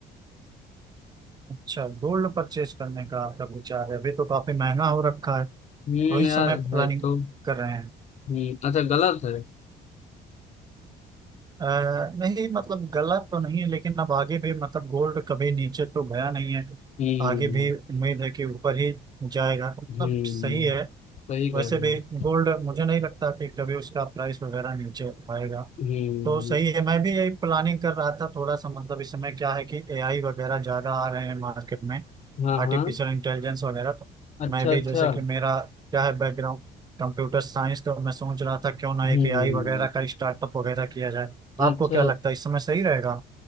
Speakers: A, on the right; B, on the left.
A: अच्छा गोल्ड परचेज करने का आपका विचार है अभी तो काफी महंगा हो रखा है
B: हम्म
A: तो इस
B: यार
A: समय प्लानिंग
B: है तो
A: कर रहे हैं
B: हम्म अच्छा गलत है
A: अ, नहीं मतलब गलत तो नहीं है लेकिन अब आगे भी मतलब गोल्ड कभी नीचे तो गया नहीं है
B: हम्म
A: आगे भी उम्मीद है कि ऊपर ही जाएगा मतलब
B: हम्म
A: सही है
B: सही कह
A: वैसे
B: रहे
A: भी
B: हैं
A: गोल्ड मुझे नहीं लगता कि कभी उसका प्राइस वगैरह नीचे आएगा
B: हम्म
A: तो सही है मैं भी यही प्लानिंग कर रहा था थोड़ा सा मतलब इस समय क्या है कि एआई वगैरह ज़्यादा आ रहे हैं मार्केट में
B: हाँ
A: आर्टिफिशियल
B: हाँ
A: इंटेलिजेंस वगैरह तो
B: अच्छा
A: मैं भी
B: अच्छा
A: जैसे कि मेरा क्या है बैकग्राउंड कंप्यूटर साइंस तो मैं सोच रहा था क्यों ना
B: हम्म
A: एक एआई वगैरह का स्टार्टअप वगैरह किया जाए
B: अच्छा
A: आपको क्या लगता है इस समय सही रहेगा